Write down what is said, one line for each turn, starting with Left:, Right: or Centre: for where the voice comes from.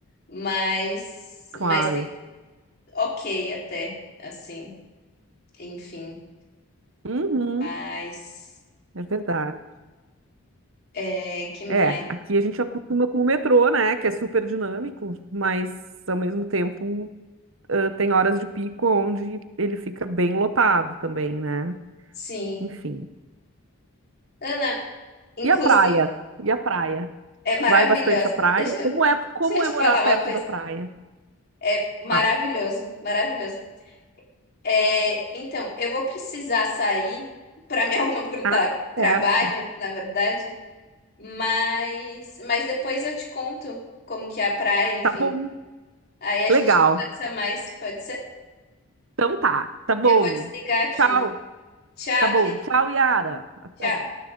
Left: mas,
Right: Claro.
Left: mas tem- ok até, assim, enfim,
Right: Uhum.
Left: mas
Right: É verdade.
Left: é, que mais?
Right: É, aqui a gente acostuma com o metrô, né? Que é super dinâmico, mas ao mesmo tempo ãh, tem horas de pico onde ele fica bem lotado também, né?
Left: Sim.
Right: Enfim.
Left: Ana, inclusive.
Right: E a praia? E a praia?
Left: É maravilhosa.
Right: Vai bastante à praia?
Left: Deixa, eu-
Right: Como é, como
Left: deixa eu te
Right: é morar
Left: falar
Right: perto
Left: uma coisa.
Right: da praia?
Left: É maravilhoso,
Right: Fala.
Left: maravilhoso. É, então, eu vou precisar sair para me arrumar para o
Right: Ah,
Left: trabalho,
Right: certo.
Left: na verdade, mas, mas depois eu te conto como que é a praia, enfim.
Right: Tá bom.
Left: Aí a gente
Right: Legal.
Left: conversa mais, pode ser?
Right: Então tá. Tá bom.
Left: Eu vou desligar aqui.
Right: Tchau.
Left: Tchau,
Right: Tá bom.
Left: querido.
Right: Tchau, Yara. Até.
Left: Tchau.